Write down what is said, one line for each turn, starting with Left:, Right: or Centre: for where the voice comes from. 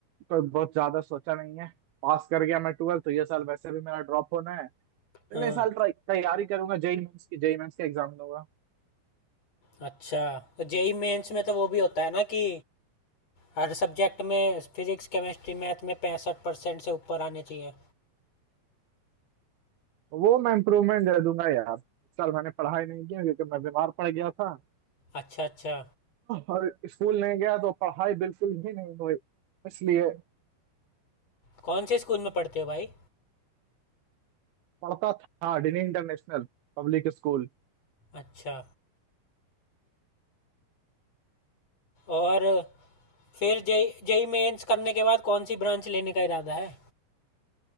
Right: कोई बहुत ज्यादा सोचा नहीं है पास कर गया मैं ट्वेल्थ तो ये साल वैसे भी मेरा ड्रॉप होना है
Left: हाँ
Right: अगले साल ट्राई तैयारी करूंगा जेई मेंस की जेई मेंस का एग्जाम दूंगा
Left: अच्छा तो जेई मेंस में तो वो भी होता है ना कि हर सब्जेक्ट में फिजिक्स केमिस्ट्री मैथ में पैंसठ परसेंट से ऊपर आने चाहिए
Right: वो मैं इम्प्रूवमेंट दे दूंगा यार इस साल मैंने पढ़ाई नहीं की क्योंकि मैं बीमार पड़ गया था
Left: अच्छा अच्छा
Right: और स्कूल नहीं गया तो पढ़ाई बिल्कुल भी नहीं हुई इसलिए
Left: कौन से स्कूल में पढ़ते हो भाई
Right: पढ़ता था डिनी इंटरनेशनल पब्लिक स्कूल
Left: अच्छा और फिर जेई जेई मेंस करने के बाद कौन सी ब्रांच लेने का इरादा है